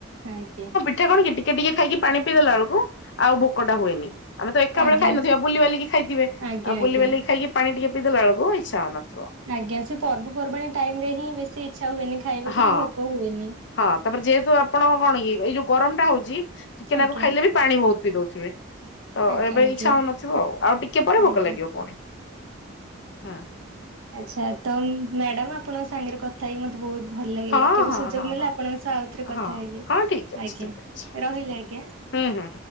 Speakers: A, on the right; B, on the left.
A: ଆଜ୍ଞା।
B: ଏଠି କଣ କି ଟିକେ ଟିକେ ଖାଇକି ପାଣି ପିଇଦେଲା ବେଳକୁ ଆଉ ଭୋକଟା ହୁଏନି। ଆମେ ତ ଏକା
A: ଆଜ୍ଞା
B: ବେଳେ ଖାଇନଥିବା ବୁଲିିବାଲିକି ଖାଇଥିବେ
A: ଆଜ୍ଞା
B: ଆଉ ବୁଲିିବାଲିକି
A: ଆଜ୍ଞା
B: ଖାଇକି ପାଣି ଟିକେ ପିଇ ଦେଲା ବେଳକୁ ଇଚ୍ଛାହଉନଥିବ।
A: ଆଜ୍ଞା ସେ ପର୍ବପର୍ବାଣୀ ଟାଇମ ରେ ହିଁ ବେଶୀ ଇଚ୍ଛା ହୁଏନି ଖାଇବାକୁ
B: ହଁ।
A: କି ଭୋକ ହୁଏନି।
B: ହଁ ତାପରେ ଯେହେତୁ ଆପଣ କଣ କି ଏଇ ଯୋଉ ଗରମ ଟା ହଉଛି ଟିକେନାକୁ
A: ଆଜ୍ଞା।
B: ଖାଇଲେ ବି ପାଣି ବହୁତ ପିଇ ଦଉଥିବେ। ତ
A: ଆଜ୍ଞା
B: ଏବେ
A: ଆଜ୍ଞା
B: ଇଛା ହଉନଥିବ ଆ ଆଉ ଟିକେ ପରେ ଭୋକ
A: ଆଜ୍ଞା
B: ଲାଗିବ ପୁଣି ହଁ।
A: ଆଛା ତ ମ୍ୟାଡାମ ଆପଣଙ୍କ ସାଙ୍ଗରେ କଥା ହେଇକି ମତେ ବହୁତ ଭଲ ଲାଗିଲା
B: ହଁ
A: କେବେ
B: ହଁ
A: ସୁଯୋଗ
B: ହଁ
A: ମିଳିଲା
B: ହଁ
A: ଆପଣଙ୍କ ସହ ଆଉଥରେ କଥା
B: ହଁ
A: ହେବି।
B: ହଁ ଠିକ ଅଛି
A: ଆଜ୍ଞା
B: ଠିକ ଅଛି
A: ରହିଲି ଆଜ୍ଞା।
B: ହୁଁ ହୁଁ।